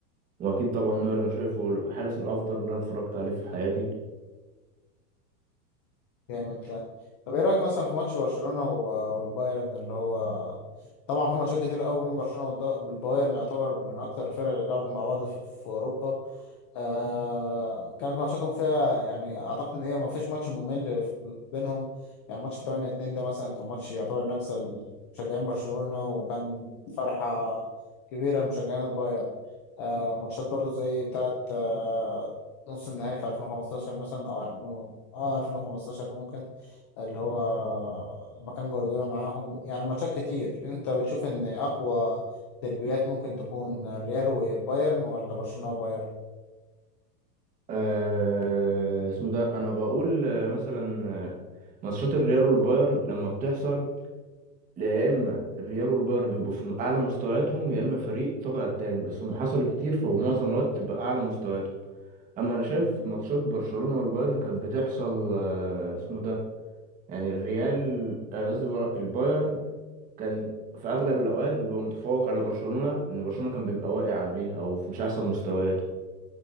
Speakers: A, on the right; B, on the left.
A: واكيد طبعا نوير انا شايفه الحارس الافضل اللي انا اتفرجت عليه في حياتي
B: جامد ده طب ايه رأيك مثلا في ماتش برشلونة و- والبايرن اللي هو طبعا في ماتشات كتير قوي بين برشلونة والد- والبايرن يعتبر من أكتر الفرق اللي لعبت مع بعض في في أوروبا آه كانت ماتشاتهم فيها يعني اعتقد ان هي ما فيش ماتش ممل في- بينهم يعني ماتش 8 2 ده مثلا كان ماتش يعتبر نكسه لمشجعين برشلونة وكان فرحة كبيرة لمشجعين البايرن آه ماتشات برضو زي بتاعة آه نص النهائي في 2015 مثلا او 2000 اه 2015 ممكن اللي هو لما كان جوارديولا معاهم يعني ماتشات كتير انت بتشوف ان اقوى ديربيات ممكن تكون ريال وبايرن ولا برشلونة وبايرن
A: آه اسمه ده انا بقول آه، مثلا آه، ماتشات الريال والبايرن لما بتحصل يا اما الريال والبايرن بيبقوا في اعلى مستوياتهم يا اما فريق طاغي على التاني بس هم حصل كتير فهو معظم الوقت تبقى اعلى مستوياتهم اما انا شايف ماتشات برشلونة والبايرن كانت بتحصل آه اسمه ده يعني الريال آه، قصدي بر- البايرن كان في اغلب الاوقات بيبقى متفوق على برشلونة لان برشلونة كان بيبقى واقع قبليها او في مش احسن مستوياته